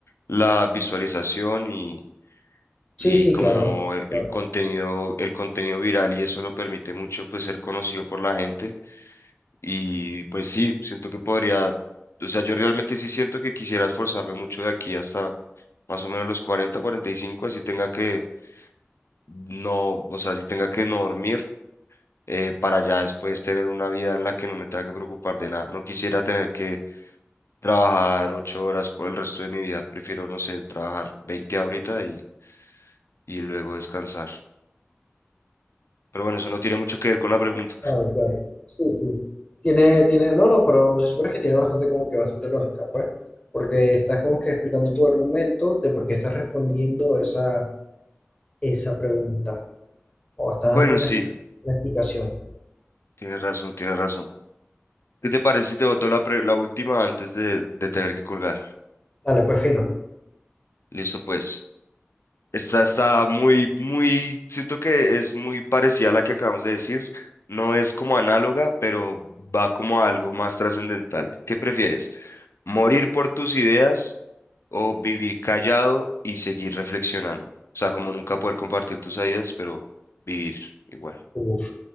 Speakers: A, on the left (about 65°); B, on the left (about 25°).
A: la visualización y,
B: Sí,
A: y
B: sí,
A: como
B: claro,
A: e, el
B: claro,
A: contenido, el contenido viral y eso lo permite mucho pues ser conocido por la gente. Y pues sí, siento que podría, o sea, yo realmente sí siento que quisiera esforzarme mucho de aquí hasta más o menos los 40, 45, así tenga que no, o sea, así tenga que no dormir eh, para ya después tener una vida en la que no me tenga que preocupar de nada. No quisiera tener que trabajar ocho horas por el resto de mi vida. Prefiero, no sé, trabajar 20 ahorita y, y luego descansar. Pero bueno, eso no tiene mucho que ver con la pregunta.
B: claro, claro. Sí, sí. Tiene, tiene, no, no, pero si supieras que tiene bastante como que bastante lógica, pues, porque estás como que explicando tu argumento de por qué estás respondiendo esa esa pregunta. O está
A: Bueno,
B: dando una,
A: sí,
B: una explicación.
A: tienes razón, tienes razón. ¿Qué te parece si te boto la, pre- la última antes de, de tener que colgar?
B: Dale, pues fino.
A: Listo, pues. Esta está muy, muy, siento que es muy parecida a la que acabamos de decir. No es como análoga, pero va como a algo más trascendental. ¿Qué prefieres? ¿Morir por tus ideas o vivir callado y seguir reflexionando. O sea, como nunca poder compartir tus ideas, pero vivir igual.
B: Uf.